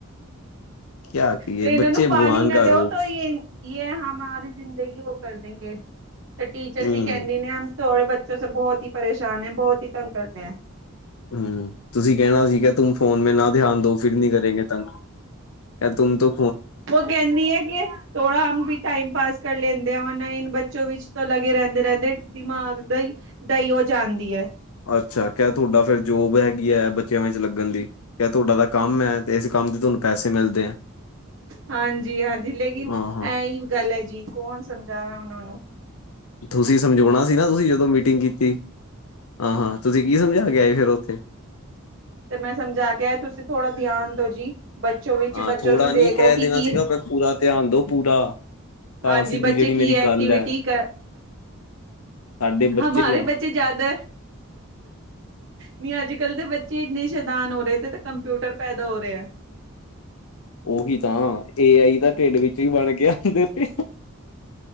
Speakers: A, on the left; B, on the right.
A: ਕਿਆ ਕਹੀਏ
B: ਤੇ ਇਹਨਾਂ
A: ਬੱਚੇ
B: ਨੂੰ
A: ਭਗਵਾਨ
B: ਪਾਣੀ ਨਾ
A: ਕਾ
B: ਦਿਓ,
A: ਰੂਪ
B: ਤਾਂ ਯੇ ਯ ਹਮਾਰੀ ਜ਼ਿੰਦਗੀ ਉਹ ਕਰ ਦਿੰਗੇ, ਤੇ ਟੀਚਰ
A: ਹਮ
B: ਵੀ ਕਹਿੰਦੀ ਨੇ ਥੋੜੇ ਬੱਚੋ ਬਹੁਤ ਹੀ ਪਰੇਸ਼ਾਨ ਹੈ, ਬਹੁਤ ਹੀ ਤੰਗ ਕਰਦੇ ਹੈ
A: ਹੂ, ਤੁਸੀਂ ਕਹਿਣਾ ਸੀਗਾ ਤੂੰ ਫੋਨ ਮੇ ਨਾ ਧਿਆਨ ਦੋ, ਫਿਰ ਨੀ ਕਰੇਗੇ ਤੰਗ ਯਾਰ ਤੂਮ ਤੋ
B: ਉਹ ਕਹਿੰਦੀ ਹੈ ਕਿ ਥੋੜਾ ਹਮ ਬੀ ਟਾਈਮ ਪਾਸ ਕਰ ਲੈਂਦੇ ਆ ਨਾ, ਇਨ ਬੱਚੋ ਵਿੱਚ ਤਾਂ ਲੱਗੇ ਰਹਿੰਦੇ ਰਹਿੰਦੇ, ਦਿਮਾਗ ਦਾ ਹੀ ਦਈਓ ਜਾਂਦੀ ਹੈ
A: ਅੱਛਾ, ਕਿਆ ਤੁਹਾਡਾ ਫਿਰ ਜੋਬ ਹੈਗੀ ਹੈ, ਬੱਚਿਆਂ ਵਿੱਚ ਲੱਗਣ ਦੀ। ਕ ਤੁਹਾਡਾ ਤਾਂ ਕੰਮ ਹੈ, ਤੇ ਇਸ ਕੰਮ ਚ ਤੁਹਾਨੂੰ ਪੈਸੇ ਮਿਲਦੇ ਆ
B: ਹਾਂਜੀ ਹਾਂਜੀ ਲੇਕਿਨ
A: ਹਾਂ ਹਾਂ
B: ਇਹੀ ਗੱਲ ਹੈ ਜੀ, ਕੌਣ ਸਮਝਾਵ ਉਹਨਾਂ ਨੂੰ
A: ਤੁਸੀਂ ਸਮਝਾਉਣਾ ਸੀ ਨਾ ਤੁਸੀਂ ਜਦੋਂ ਮੀਟਿੰਗ ਕੀਤੀ, ਹਾਂ ਹਾਂ ਤੁਸੀਂ ਕੀ ਸਮਝਾ ਕੇ ਆਏ, ਫਿਰ ਉੱਥੇ
B: ਤੇ ਮੈਂ ਸਮਝਾ ਕੇ ਆਯਾ, ਤੁਸੀਂ ਥੋੜ੍ਹਾ ਧਿਆਨ ਦੋ ਜੀ ਬੱਚੋ ਵਿੱਚ,
A: ਹਾਂ
B: ਬੱਚੋ
A: ਥੋੜਾ
B: ਨੂੰ ਦੇਖੋ
A: ਨੀ ਕਹਿ
B: ਕਿ
A: ਦੇਣਾ
B: ਕੀ
A: ਸੀਗਾ ਪਰ ਪੂਰਾ ਧਿਆਨ ਦੋ ਪੂਰਾ
B: ਹਾਂਜੀ
A: ਆਪ, ਸਿੱਧੀ
B: ਬੱਚੇ
A: ਜਿਹੜੀ
B: ਕੀ
A: ਮੇਰੀ
B: ਐਕਟੀਵਿਟੀ
A: ਗੱਲ ਹੈ
B: ਕਰ
A: ਸਾਡੇ ਬੱਚੇ
B: ਮਾਰੇ
A: ਦੇ ਆ
B: ਬੱਚੇ ਜਦ। ਨਹੀਂ ਅੱਜ-ਕੱਲ੍ਹ ਦੇ ਬੱਚੇ ਇੰਨੇ ਸ਼ੈਦਾਨ ਹੋ ਰਹੇ ਤੇ ਤੇ ਕੰਪਿਊਟਰ ਪੈਦਾ ਹੋ ਰਹੇ ਹੈ।
A: ਉਹੀ ਤਾਂ ਏ ਆਈ ਤਾਂ ਢਿੱਡ ਵਿੱਚ ਹੀ ਬਣ ਕੇ ਆਦੇ ਤੇ।